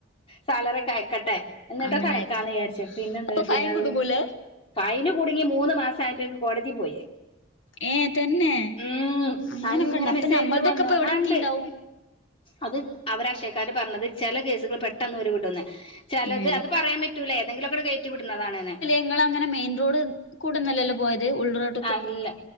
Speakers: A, on the left; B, on the left.
A: സാലറി ഒക്കെയക്കട്ടെ എന്നിട്ടൊക്കെ
B: അങ്ങനായിക്കും
A: അടക്കാന്ന് വിചാരിച്ചത് പിന്നെ എന്തൊ
B: അപ്പൊ
A: പിന്നത്
B: ഫൈൻ കുടുങ്ങൂല
A: ഫൈൻ കുടുങ്ങി മൂന്ന് മാസം ആയിട്ടേക്ക് കോടതി പോയി
B: ഏഹ് തന്നെ
A: ഉം
B: അങ്ങനൊക്കെണ്ടൊ
A: അതില് ഇങ്ങനെ
B: അപ്പൊ
A: മെസ്സേജ്
B: നമ്മൾതൊക്കെപ്പ
A: വന്നു
B: എവിടെ
A: ആ
B: എത്തിണ്ടാവും
A: ഇണ്ട് അത് അവരക്ഷയക്കാര് പറഞ്ഞത് ചെല കേസുകള് പെട്ടെന്നവര് വിടുംന്ന് ചെലത്
B: ഏഹ്
A: അത് പറയാൻ പറ്റൂല ഏതെങ്കിലുംക്കെ കയറ്റി വിടുന്നതാണ്നെ
B: ങ്ങള് അങ്ങനെ മെയിൻ റോഡ് കൂടെ അല്ലല്ലോ പോയത് ഉൾറോഡ്
A: അല്ല